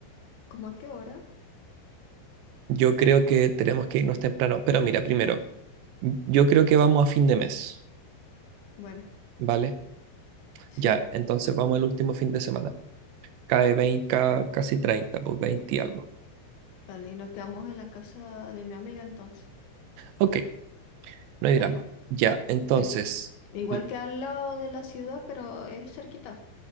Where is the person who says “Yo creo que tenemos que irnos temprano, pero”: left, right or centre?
Right